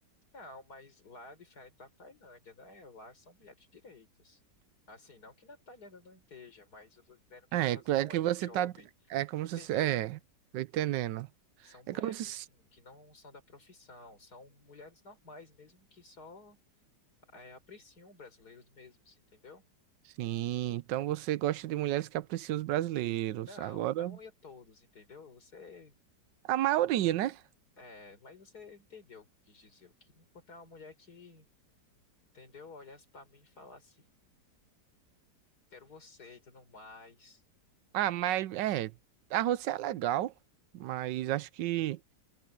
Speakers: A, on the left; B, on the right.
A: Não, mas lá é diferente da Tailândia, né? Lá são mulheres direitas. Assim, não que na Tailândia não esteja, mas eu tô dizendo que
B: É,
A: elas
B: tu-
A: não
B: é que
A: é do
B: você
A: job,
B: tá. É como
A: entendeu?
B: se. você- É, tô entendendo.
A: São mulheres,
B: É como se.
A: assim, que não são da profissão, são mulheres normais mesmo, que só é, apreciam brasileiros mesmos, entendeu?
B: Sim, então você gosta de mulheres que apreciam os brasileiros.
A: Não,
B: Agora.
A: não é todos, entendeu? Você,
B: A maioria, né?
A: é, mas você entendeu o que eu quis dizer. Eu queria encontrar uma mulher que, entendeu? Olhasse pra mim e falasse, quero você e tudo mais.
B: Ah, mas. É. A Rosé é legal, mas acho que.